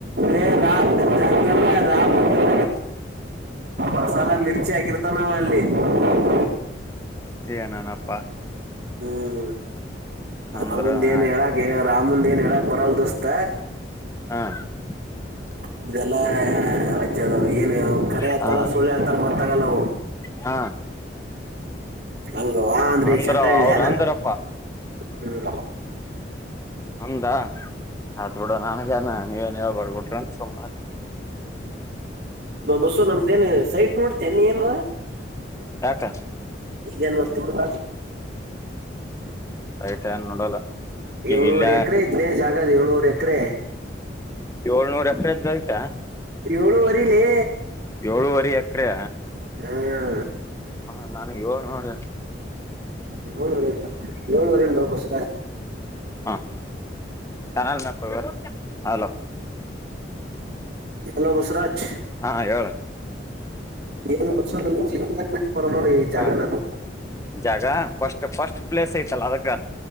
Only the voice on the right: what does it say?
ರಾ ರಾತ್ ಮ <unintelligible>
ಮಸಾಲ ಮಿರ್ಚಿ ಆಕಿರ್ತಾನವಲ್ಲಿ <unintelligible>
ಹ್ಮ್
ರಾಮಂದ ಏನ್
ಹೇಳಾಕ್ ರಾಮಂದ ಏನ್ ಹೇಳಾಕ್ ಬರಲ್ ದೋಸ್ತ
ಅವ್ರ್ದಲ್ಲಾ ಆಚ ಅದ ಏನ್ವು ಕರೆ ಆತಲ್ಲ
ಸುಳ್ಳು ಹಳ್ತಾರ ಗೊತ್ತಾಗಲ್ಲವು
ಹಂಗವಾ ಅಂದ್ರೆ
ಚಂಟ ಹೇಳಿ
ನ
ಹ್ಮ್
ಬಸ್ಸು ನಮ್ದೇನ್ ಸೈಟ್ ನೋಡ್ತನ್ನಿ ಏನ್ಡ
ಏನ್ ನೋಡ್ತೀ ಬಿಡುದಾ
ಏಳುವರೆ
ಎಕರೆ ಜಾಗದ ಏಳುವರೆ ಎಕರೆ
ಏಳುವರಿಲೇ
ಹ್ಮ್
ಳವರೆಲ್ಲ ಏಳುವರೆಲ್ಲ ಹ ಬಸ
ಹಲೋ ಬಸರಾಜ್
ಏನ್ರ್ಷ ಜೀವನ್ದನ್ ಪರ ನೋಡಿ ಈ ಜಾಗ
ನಾನು